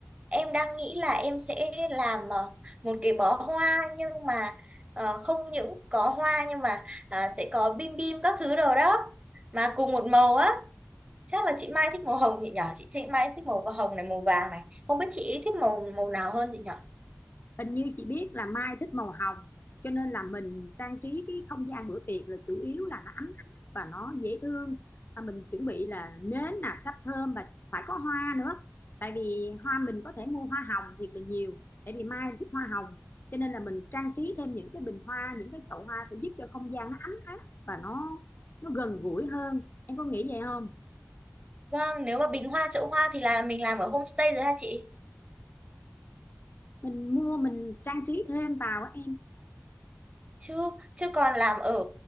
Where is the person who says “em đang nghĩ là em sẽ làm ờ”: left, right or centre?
Right